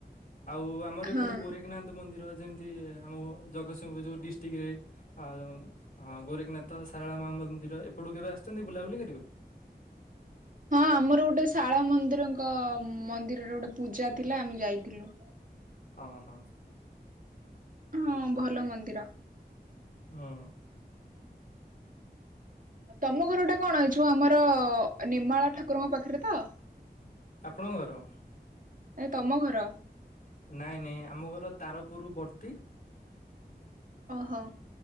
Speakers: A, on the left (about 60°); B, on the right (about 50°).
A: ଆଉ ଆମର
B: ହଁ।
A: ଏପଟେ ଗୋରେଖନାଥ ମନ୍ଦିର ଯେମି ତି ଆମ ଜଗତସିଂହପୁର ଯୋଉ ଡିଷ୍ଟ୍ରିକ୍ଟରେ ଆ ହଁ ଗୋରେଖନାଥ ଶାରଳା ମା ମନ୍ଦିର ଏପଟୁ କେବେ ଆସୁଛନ୍ତି ବୁଲାବୁଲି କରିବାକୁ?
B: ହଁ ଆମର ଗୋଟେ ଶାଳ ମନ୍ଦିରଙ୍କ ମନ୍ଦିରରେ ଗୋଟେ ପୂଜା ଥିଲା ଆମେ ଯାଇଥିଲୁ।
A: ଅ ହ।
B: ହଁ ଭଲ ମନ୍ଦିର।
A: ହଁ।
B: ତମ ଘର ଟା କଣ ଅଛୁ ଆମର ନିର୍ମାଳା ଠାକୁରଙ୍କ ପାଖରେ ତ।
A: ଆପଣଙ୍କ ଘର?
B: ଏ ତମ ଘର।
A: ନାଇଁ ନାଇଁ ଆମ ଘର ତାରପୁର ବର୍ତ୍ତି
B: ଓ ହୋ।